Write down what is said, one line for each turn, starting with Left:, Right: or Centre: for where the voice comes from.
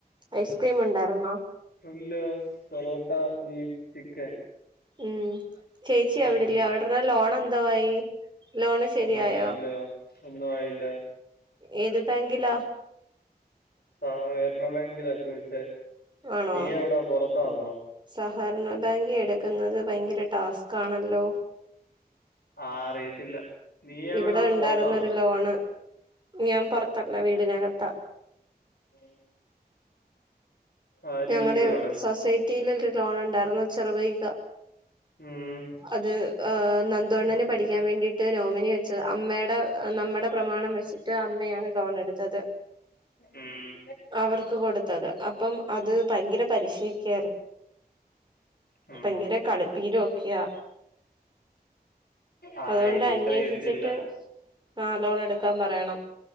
Right: ഐസക്രീം ഉണ്ടായിരുന്നോ
Left: ഇല്ലാ പൊറോട്ട, ബീഫ്, ചിക്കൻ
Right: ഉം ചേച്ചി അവിടില്ലെ
Left: ഉം
Right: അവിഡ്രെടെ ലോൺ എന്തോ ആയി ലോണ് ശരിയയോ
Left: ഒന്നും ആയില്ല ഒന്നും ആയില്ല
Right: ഏത് പാങ്കിലാ
Left: സാഹരണ ബാങ്കിലാ ചോയിച്ചെ
Right: ആണോ
Left: നീ എവിടാ പൊറത്ത് ത്താണോ?
Right: സഹകരണ ബാങ്കി എടുക്കുന്നത് ഭയങ്കര ടാസ്കാണല്ലോ.
Left: ആഹ് അറിയത്തില്ല നീ എവിടാ,
Right: ഇവിടെ ഉണ്ടായിരുന്നൊരു
Left: പൊറത്താണോ?
Right: ലോണ് ഞാൻ പൊറത്തല്ല വീടിനകത്താ.
Left: <inaudible> ആരും
Right: ഞങ്ങടെ
Left: ഇല്ലയോ അവിടെ
Right: സൊസൈ റ്റീലൊരു ലോണുണ്ടാർന്നു ചെറുപൊയ്ക.
Left: ഉം
Right: അത് ആഹ് ന ന്ദുഅണ്ണന് പഠിക്കാൻ വേണ്ടീട്ട് നോമിനി വെച്ചത് അമ്മേടെ നമ്മടെ പ്രമാണം വെച്ചിട്ട് അമ്മയാണ് ലോണെടുത് ത്തത്,
Left: ഉം
Right: അവർക്ക് കൊടുത്തത് അപ്പം അത് പ ഭയങ്കര പലിശ്ശെ ഒക്കായിരുന്നു.
Left: ഉം
Right: ഭയങ്കര കളിപ്പീര് ഒക്കെയാ.
Left: ആഹ്
Right: അതോണ്ട്
Left: എനിക്കറിയത്തില്ല
Right: അന്വേഷിച്ചിട്ട് ആ ലോൺ എടുക്കാൻ പറയണം.